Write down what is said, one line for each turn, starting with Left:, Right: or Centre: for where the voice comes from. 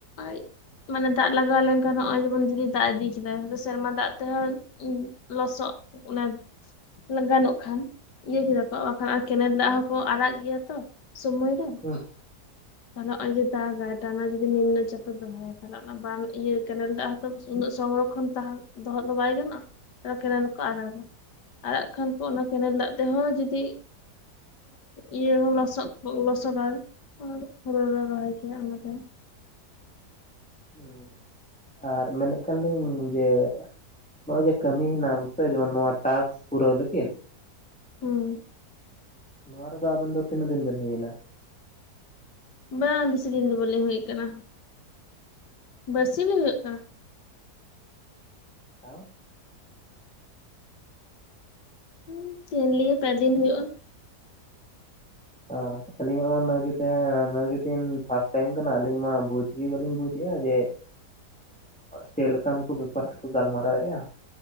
Left: ᱟᱡ ᱢᱟᱱᱮ ᱫᱟᱜ ᱞᱟᱜᱟᱣ ᱞᱮᱱᱠᱷᱟᱱ ᱱᱚᱜᱼᱚᱭ ᱡᱮᱢᱚᱱ ᱡᱩᱨᱤ ᱫᱟᱜ ᱤᱫᱤ ᱠᱮᱫᱟᱭ ᱱᱚᱛᱮ ᱥᱮᱨᱢᱟ ᱫᱟᱜ ᱛᱮᱦᱚᱸᱭ ᱤᱧ ᱞᱚᱥᱚᱜ ᱚᱱᱟ <unintelligible> ᱜᱟᱱᱚᱜ ᱠᱷᱟᱱ, ᱤᱭᱟᱹ ᱠᱮᱫᱟᱠ ᱚᱜᱼᱠᱚ ᱣᱟᱠᱷᱟᱱ, ᱟᱨ ᱠᱮᱱᱮᱞ ᱫᱟᱜ ᱦᱚᱸᱠᱚ ᱟᱨᱟᱜᱽ ᱜᱮᱭᱟ ᱛᱚ, ᱥᱳᱢᱚᱭ ᱨᱮ᱾
Centre: ᱦᱩᱸ
Left: ᱛᱟᱦᱚᱞᱮ ᱱᱚᱜᱼᱚᱸᱭ ᱡᱮ ᱫᱟᱜᱽ ᱟᱭ ᱴᱟᱱᱟ ᱡᱩᱫᱤ ᱱᱤᱢᱱᱚ ᱪᱷᱚᱠᱚ ᱫᱚᱦᱚᱭᱟ ᱮᱠᱷᱟᱱ ᱚᱱᱟ ᱵᱟᱱᱫᱷ ᱤᱭᱟᱹ ᱠᱮᱱᱮᱞ ᱫᱟᱜ ᱦᱚᱸᱛᱚ ᱩᱱᱟᱹᱜ ᱥᱚᱝᱨᱚᱠᱠᱷᱚᱱ ᱛᱟᱸᱦᱮ ᱫᱚᱦᱚᱜ ᱫᱚ ᱵᱟᱭ ᱜᱟᱱᱚᱜᱼᱟ, ᱛᱚ ᱠᱮᱱᱮᱞ ᱫᱟᱜ ᱠᱚ ᱟᱨᱟᱜᱟ ᱟᱨᱟᱜ ᱠᱷᱟᱱ ᱠᱚ ᱚᱱᱟ ᱠᱮᱱᱮᱞ ᱫᱟᱜ ᱛᱮᱦᱚᱸ ᱡᱩᱫᱤ ᱤᱭᱟᱹ ᱞᱚᱥᱚᱫ ᱞᱚᱥᱚᱫᱟ ᱩᱱ ᱦᱩᱲᱩ ᱞᱮ ᱨᱚᱦᱚᱭ ᱜᱮᱭᱟ ᱚᱱᱟ ᱛᱟᱭᱚᱢ
Centre: ᱩᱸ ᱟᱨ ᱢᱮᱱᱮᱫ ᱠᱟᱱ ᱞᱤᱧ ᱡᱮ ᱱᱚᱜ-ᱚᱭ ᱡᱮ ᱠᱟᱹᱢᱤ ᱦᱮᱱᱟᱢ ᱥᱮ ᱡᱮᱢᱚᱱ ᱱᱚᱣᱟ ᱴᱟᱥᱠ ᱯᱩᱨᱟᱹᱣ ᱞᱟᱹᱜᱤᱫ
Left: ᱦᱩᱸ
Centre: ᱱᱚᱣᱟ ᱨᱮᱫᱚ ᱟᱵᱮᱱ ᱫᱚ ᱛᱤᱱᱟᱹᱜ ᱫᱤᱱ ᱵᱮᱱ ᱦᱩᱭᱮᱱᱟ?
Left: ᱵᱟᱝ ᱵᱤᱥᱤ ᱫᱤᱱ ᱫᱚ ᱵᱚᱞᱤᱧ ᱦᱩᱭ ᱠᱟᱱᱟ ᱵᱟᱨᱥᱤᱧ ᱞᱤᱧ ᱦᱩᱭᱩᱜ ᱠᱟᱱᱟ
Centre: ᱛᱟᱣ
Left: ᱦᱩ ᱛᱮᱦᱮᱱ ᱞᱤᱭᱟᱹ ᱯᱮ ᱫᱤᱱ ᱦᱩᱭᱳᱜᱼᱟ
Centre: ᱚ ᱟᱹᱞᱤᱧᱟᱜ ᱦᱚᱸ ᱱᱚᱣᱟ ᱜᱮ ᱛᱮᱦᱮᱱ ᱱᱚᱣᱟ ᱜᱮ ᱛᱮᱦᱮᱧ ᱯᱷᱟᱥᱴ ᱴᱟᱭᱤᱢ ᱠᱟᱱᱟ ᱟᱹᱞᱤᱧ ᱢᱟ ᱵᱩᱡ ᱵᱩᱡᱽ ᱜᱮ ᱵᱟᱹᱞᱤᱧ ᱵᱩᱡᱽᱮᱫᱼᱟ ᱡᱮ ᱪᱮᱫ ᱞᱮᱠᱟᱱ ᱠᱚ ᱵᱮᱯᱟᱨ ᱛᱮᱠᱚ ᱜᱟᱞᱢᱟᱨᱟᱣᱮᱫᱼᱟ